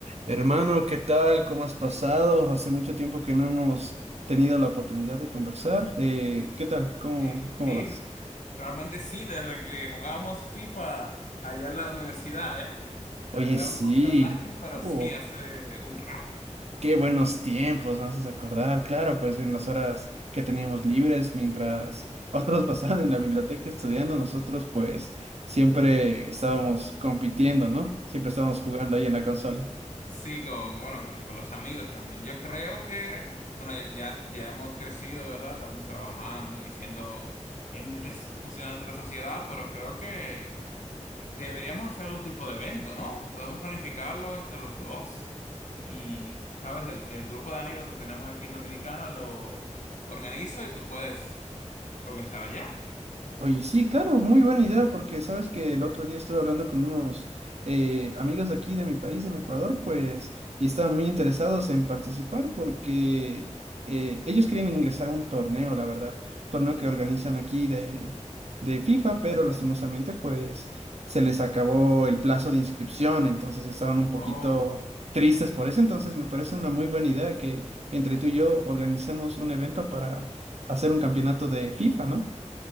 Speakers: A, on the right; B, on the left.
A: Hermano, ¿qué tal? ¿Cómo has pasado? Hace mucho tiempo que no hemos tenido la oportunidad de conversar. Eh, ¿qué tal? ¿Cómo,
B: Sí,
A: cómo
B: sí,
A: vas?
B: realmente sí, desde que jugábamos FIFA allá en la universidad, ¿eh? Era
A: Oye, sí.
B: un poquito <laughs> online, pero
A: Uh,
B: sí, hace un rato.
A: qué buenos tiempos, me haces acordar. Claro, pues en las horas que teníamos libres, mientras otros <laughs> pasaban en la biblioteca estudiando, nosotros pues siempre estábamos compitiendo, ¿no? Siempre estábamos jugando ahí en la consola.
B: Sí, con, bueno, con, con los amigos también. Yo creo que, bueno, ya, ya, ya hemos crecido, ¿verdad? Estamos trabajando y siendo entes funcionales de la sociedad, pero creo que deberíamos hacer algún tipo de evento, ¿no? Podemos planificarlo entre los dos y, ¿sabes? El, el grupo de amigos que tenemos aquí en Dominicana lo organizo y tú puedes organizada ya.
A: Oye, sí, claro, muy buena idea, porque sabes que el otro día estuve hablando con unos eh, amigos de aquí de mi país, en Ecuador, pues, y estaban muy interesados en participar porque eh, ellos querían ingresar a un torneo, la verdad, torneo que organizan aquí de, de FIFA, pero lastimosamente, pues, se les acabó el plazo de inscripción, entonces estaban un poquito
B: Oh,
A: tristes por eso, entonces me parece una muy buena idea que entre tú y yo organizamos un evento para hacer un campeonato de FIFA, ¿no?